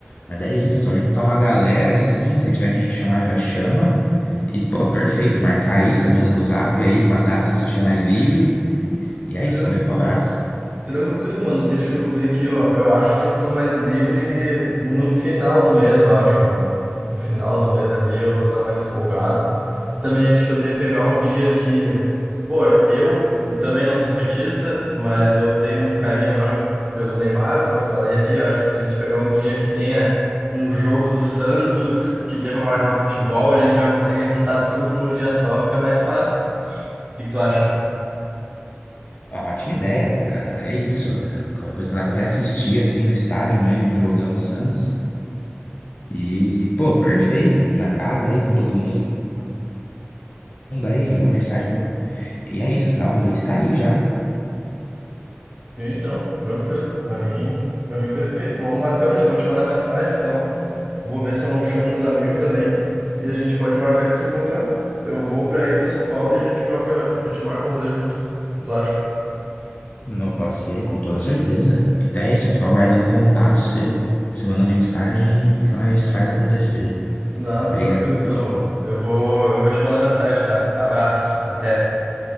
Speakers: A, on the left (about 40°); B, on the right (about 25°).
A: Mas é isso, só juntar uma galera assim, se tiver quem chamar, já chama. E, pô, perfeito, marcar aí, você manda no zap aí uma data que você tiver mais livre. E é
B: Tran-
A: isso, correr pro abraço.
B: Tranquilo, mano. Deixa eu ver aqui, ó. Eu acho que eu tô mais livre no final do mês, eu acho, mano. No final do mês ali eu vou estar mais folgado. Também a gente poderia pegar um dia que, pô, eu também não sou santista, mas eu tenho um carinho enorme pelo Neymar, como eu falei ali. Eu acho que se a gente pegar um dia que tenha um jogo do Santos que dê pra marcar um futebol, a gente já consegue juntar tudo num dia só, fica mais fácil. O que que tu acha?
A: Ótima ideia, cara. É isso. né? Qualquer coisa dá pra até assistir assim no estádio mesmo, um jogão do Santos. E, pô, perfeito. Já casa aí com todo mundo aí, já manda mensagem. pô. E é isso, final do mês tá aí já.
B: Sim, não, tranquilo. Pra mim, para mim perfeito. Vamos marcando, eu vou te mandar mensagem então. Vou ver se eu não chamo uns amigos também. E a gente pode marcar de se encontrar. Eu vou pra ir pra São Paulo e a gente joga, a gente marca um rolê junto. O que tu acha?
A: Não pode ser, com toda certeza. Então é isso, eu fico aguardando o contato seu. Você manda mensagem e nós faz acontecer.
B: Não,
A: Obrigado,
B: tranquilo
A: viu?
B: então, mano. Eu vou, eu vou te mandar mensagem, tá? Abraço, até.